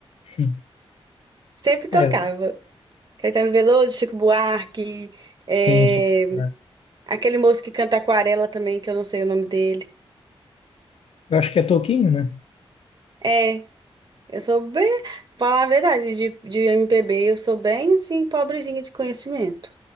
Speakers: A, on the left (about 70°); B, on the right (about 45°).
A: Hum,
B: Sempre tocava.
A: É,
B: Caetano Veloso, Chico Buarque, é,
A: sim, deixa eu lembrar.
B: aquele moço que canta Aquarela também, que eu não sei o nome dele.
A: eu acho que é Toquinho, né?
B: É, Eu sou bem, falar a verdade, de, de MPB, eu sou bem assim, pobrezinha de conhecimento.